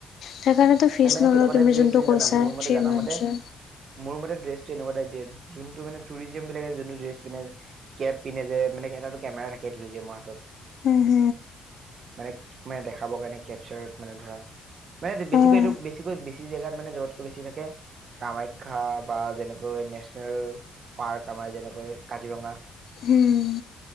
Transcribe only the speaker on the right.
এই মানে
কেনেকুৱা
টাইপ ড্ৰেছ
দিয়ে
জানাম মোৰ মতে
জানা
মতে মোৰ মতে ড্ৰেছটো এনেকুৱা টাইপ যোনটো মানে টুৰিজিম বিলাকে যোনটো ড্ৰেছ পিন্ধে কেপ পিন্ধ যে মানে এটাটো কেমেৰা থাকে টুৰিজমৰ হাতত
মানে, মানে দেখাবৰ কাৰণে কেপচাৰত মানে ধৰা মানে বেছিকৈ
এইটো, বেছিকৈ, বেছি জেগাত মানে জবতকৈ বেছি থাকে। কামাখ্যা বা যেনেকৈ নেশচনেল পাৰ্ক আমাৰ যেনেকৈ কাজিৰঙা।